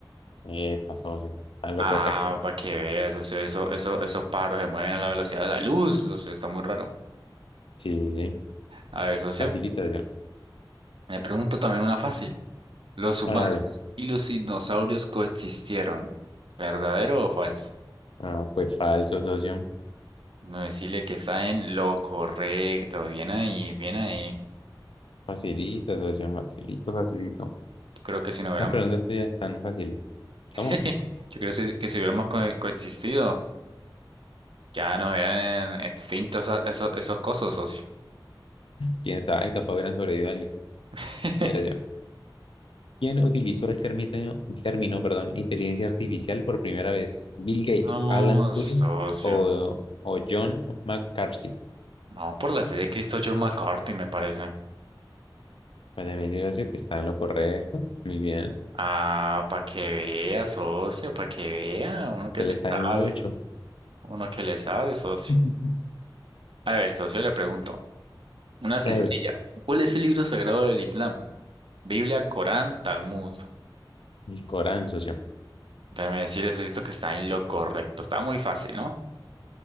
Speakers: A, on the left (about 85°); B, on the right (about 80°).
A: Eh, pasó, socio. Está en lo
B: Ah,
A: correcto.
B: para que veas, socio, eso, eso, esos pájaros se mueven a la velocidad de la luz, socio, está muy raro.
A: Sí, sí, sí.
B: A ver, socio,
A: Facilita, socio.
B: me pregunto también una fácil. ¿Los humanos
A: Dale.
B: y los dinosaurios coexistieron? ¿Verdadero o falso?
A: Ah, pues falso, socio.
B: No decirle que está en lo correcto. Bien ahí, bien ahí.
A: Facilito, socio. Facilito, facilito.
B: Yo Creo que si no hubiéramos,
A: Las preguntas tuyas están fáciles.
B: <laughs>
A: ¿Cómo?
B: yo creo que si, que si hubiéramos co- coexistido, ya nos hubieran extintos a- esos, esos cosos, socio.
A: ¿Quién sabe? Capaz hubieran sobrevivido a alguien.
B: <laughs>
A: Mira yo. ¿Quién utilizó el término, el término, perdón, inteligencia artificial por primera vez? ¿Bill Gates,
B: No,
A: Alan Turing
B: socio.
A: o, o John McCarthy?
B: Vamos por la sede de Cristo John McCarthy, me parece.
A: Bueno, me dice que está en lo correcto. Muy bien.
B: Ah, para que vea, socio, para que vea. Uno que
A: Usted
B: le
A: le sabe
B: sabe.
A: mucho.
B: Uno que le sabe, socio.
A: <laughs>
B: A ver, socio, le pregunto. Una sencilla.
A: Vale.
B: ¿Cuál es el libro sagrado del Islam? Biblia, Corán, Talmud.
A: El Corán, socio.
B: Déjeme decirle, socio, que está en lo correcto. Está muy fácil, ¿no?